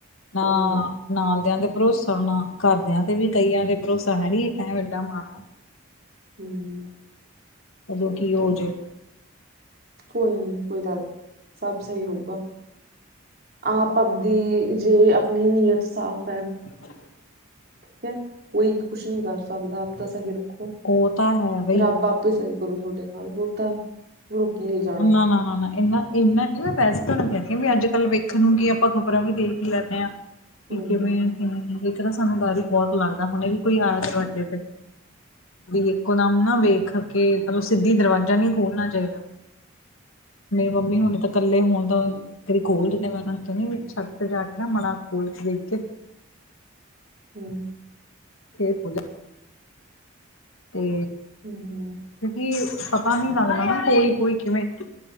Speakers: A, on the left; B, on the right.
A: ਹਾਂ
B: ਹੋਰ
A: ਨਾਲਦਿਆਂ ਤੇ ਭਰੋਸਾ ਨਾ ਘਰਦਿਆਂ ਤੇ ਵੀ ਕਈਆਂ ਤੇ ਭਰੋਸਾ ਹੈ ਨ ਟੇਡਾ ਮਾੜਾ।
B: ਹੂੰ
A: ਕਦੋਂ
B: ਸਹੀ
A: ਕੀ
B: ਕਿਹਾ
A: ਹੋ ਜੇ
B: ਕੋਈ ਨੀ ਕੋਈ ਗੱਲ ਨੀ ਸਭ ਸਹੀ ਹੋਊਗਾ। ਆਪ ਬਦੀ ਜੇ ਆਪਣੀ ਨੀਅਤ ਸਾਫ਼ ਹੈ
A: <unintelligible>
B: ਠੀਕ ਹੈ ਕੋਈ ਕੁਛ ਨੀ ਕਰ ਸਕਦਾ ਆਪ ਤਾਂ ਸਹੀ ਰੱਖੋ
A: ਉਹ ਤਾਂ ਹੈ ਬਈ
B: ਰੱਬ ਆਪ ਸਹੀ ਕਰੋ ਤੁਹਾਡੇ ਨਾਲ ਫੇ ਤਾਂ <inaudible>
A: ਨਾ-ਨਾ-ਨਾ-ਨਾ ਇਹਨਾਂ ਇੰਨਾ ਕਿ ਮੈਂ ਵੈਸੇ ਤੁਹਾਨੂੰ ਕਹਿੰਦੀ ਹਾਂ ਵੀ ਅੱਜ ਕੱਲ ਵੇਖ ਨੂੰ ਕੀ ਆਪਾਂ ਖ਼ਬਰਾਂ ਵੀ ਦੇਖ ਹੀ ਲੈਂਦੇ ਹਾਂ। ਕਿ
B: ਹਮ
A: ਕਿਵੇਂ ਕਿ ਇੱਕ ਨਾ ਸਾਨੂੰ ਡਰ ਹੀ ਬਹੁਤ ਲੱਗਦਾ। ਹੁਣੇ ਵੀ ਕੋਈ ਆਇਆ ਦਰਵਾਜ਼ੇ ਤੇ। ਵੀ ਇੱਕੋਦਮ ਨਾ ਵੇਖ ਕੇ ਮਤਲਬ ਸਿੱਧੀ ਦਰਵਾਜ਼ਾ ਨਹੀਂ ਖੋਲਣਾ ਚਾਹੀਦਾ ਮੇਰੀ ਮੰਮੀ ਹੁਣੀ ਤਾਂ ਇਕੱਲੇ ਹੁਣ ਤਾਂ, ਤੇਰੀ ਖੋਲ ਜਿੰਨੇ ਮੈਂ ਉਹ ਨੂੰ ਕਹਿੰਦੀ ਛੱੱਤ ਤੇ ਜਾ ਕੇ ਨਾ ਮਾ ਖੋਲ ਦੇਖ ਕੇ
B: ਹੂੰ,
A: <unintelligible> ਤੇ
B: ਹਮ
A: ਕਿਉਂਕਿ ਪਤਾਂ ਨੀਂ ਲੱਗਦਾ ਨਾ ਕੋਈ ਕੋਈ ਕਿਵੇਂ